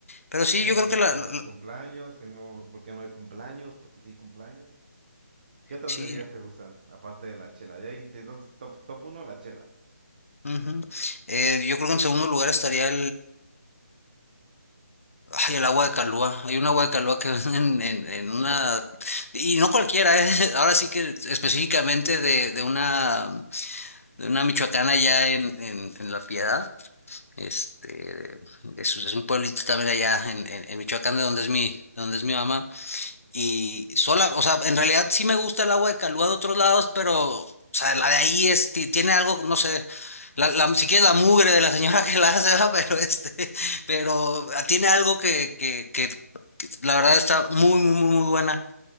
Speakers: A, on the left; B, on the right.
A: Pero sí,
B: Y esos
A: yo creo que
B: de
A: la,
B: que
A: la- la-
B: el cumpleaños, que no, porque no hay cumpleaños, porque sí hay cumpleaños. ¿Qué otras
A: sí.
B: bebidas te gustan? Aparte de la chela. Ya hay- entonces, top, top uno la chela.
A: ujú. Eh, yo creo que en segundo lugar estaría Ay, el agua de Calúa. Hay un agua de Calúa que venden en, en una... Y no cualquiera, ¿eh? <laughs> Ahora sí que específicamente de, de una, de una michoacana allá en, en, en La Piedad. Este, es, es un pueblito también allá en, en, en Michoacán, de donde es mi, de donde es mi mamá. Y sola, o sea, en realidad sí me gusta el agua de Calúa de otros lados, pero, o sea, la de ahí es, ti- tiene algo, no sé, la, la, si quieres la mugre de la señora <laughs> que la hace, ¿verdad? pero este, <laughs> pero ah, tiene algo que, que, que, que la verdad está muy, muy, muy, muy buena.